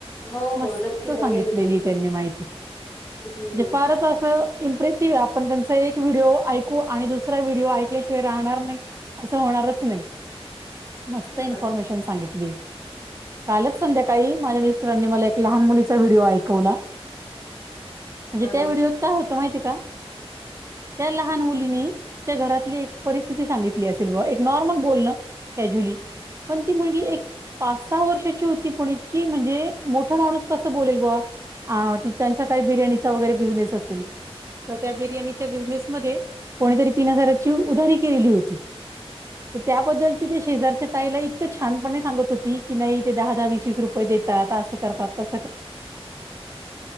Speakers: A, on the left; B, on the right.
A: हो हो
B: मस्त
A: नक्की बघेल
B: सांगितलेली
A: मी
B: त्यांनी माहिती म्हणजे
A: हम्म.
B: फारच असं इम्प्रेसिव्ह आपण त्यांचा एक व्हिडिओ ऐकू आणि दुसरा व्हिडिओ ऐकल्याशिवाय राहणार नाही. अस होणारच नाही मस्त
A: हा.
B: इन्फॉर्मेशन सांगितली. कालच संध्याकाळी माझ्या मिस्टरांनी मला एक लहान मुलीचा व्हिडिओ ऐकवला म्हणजे
A: हम्म
B: त्या व्हिडिओ. काय होत माहिती का त्या लहान मुलीनी घरातली परिस्थिती सांगित ली असेल बॅ नॉर्मल बोलण कॅजुली पण ती मुलगी एक पाच सहा वर्षाची होती पणी इत की म्हणजे मोठ माणूस कसं बोलेल बा अ त्यांचा काही बिर्याणीचा वगैरे बिझनेस असेल तर त्या बिर्याणीच्या बिझनेसमध्ये कोणीतरी तीन हजाराची उधारी केलेली होती. तर त्याबद्दल ती ते शेजारच्या ताईला इतकं छानपणे सांगत होती की नाही ते दहा दहा वीस वीस रुपये देत. असं करतात तस करतात.